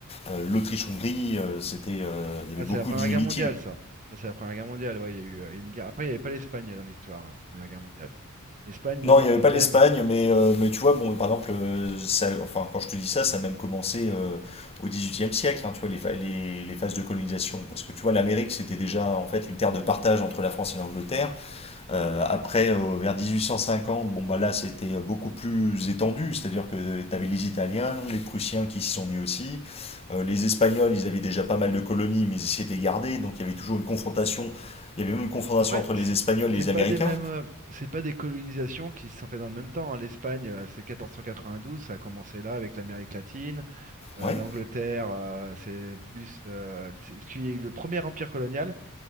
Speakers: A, on the left (about 30°); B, on the right (about 35°).
A: euh, l'Autriche-Hongrie, euh, c'était, euh, il y
B: Ah,
A: avait
B: c'est
A: beaucoup
B: la Première
A: d'inimitié.
B: Guerre mondiale, ça. Ça, c'est la Première Guerre mondiale. Ouais, il y a eu euh, une guerre. Après, il n'y avait pas l'Espagne euh, dans l'histoire, la Première Guerre mondiale. L'Espagne, même
A: Non,
B: la
A: il n'y
B: deuxième.
A: avait pas l'Espagne, mais, euh, mais tu vois, bon, par exemple, euh, ça, enfin, quand je te dis ça, ça a même commencé euh, au XVIIIe siècle, hein, tu vois, les, pha- les, les phases de colonisation. Parce que tu vois, l'Amérique, c'était déjà en fait une terre de partage entre la France et l'Angleterre. Euh, après, euh, vers 1850, bon, bah là, c'était beaucoup plus étendu, c'est-à-dire que tu avais les Italiens, les Prussiens qui s'y sont mis aussi. Euh, les Espagnols, ils avaient déjà pas mal de colonies, mais ils essayaient de les garder, donc il y avait toujours une confrontation. Il y avait même une confrontation
B: Après,
A: entre les
B: c-
A: Espagnols et
B: c'est
A: les
B: pas
A: Américains.
B: des mêmes, euh, c'est pas des colonisations qui se sont faites dans le même temps. hein. L'Espagne, euh, c'est 1492, ça a commencé là avec l'Amérique latine. Euh,
A: Ouais,
B: l'Angleterre, euh, c'est plus, euh, c'est- parce qu'il y a eu le premier empire colonial.